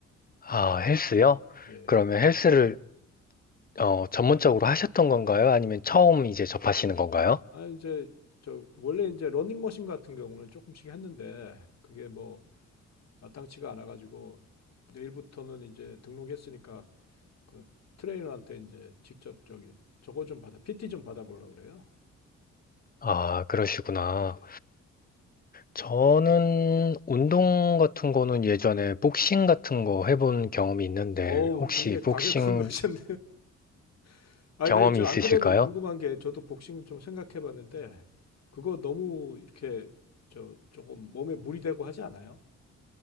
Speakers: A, on the left; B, on the left.
A: 아, 헬스요?
B: 예.
A: 그러면 헬스를 어, 전문적으로 하셨던 건가요? 아니면
B: 아,
A: 처음 이제 접하시는 건가요?
B: 아 이제 저 원래 이제 러닝머신 같은 경우는 조금씩 했는데 그게 뭐 마땅치가 않아가지고 내일부터는 이제 등록했으니까 그 트레이너한테 이제 직접 저기 저거 좀 받아 PT 좀 받아보려고 그래요.
A: 아, 그러시구나.
B: 네.
A: 저는 운동 같은 거는 예전에 복싱 같은 거 해본 경험이 있는데
B: 어우
A: 혹시
B: 굉장히
A: 복싱
B: 과격한 거 하셨네. <laughs> 아니
A: 경험이
B: 네, 저안
A: 있으실까요?
B: 그래도 궁금한 게 저도 복싱 좀 생각해봤는데 그거 너무 이렇게 저 조금 몸에 물이 되고 하지 않아요?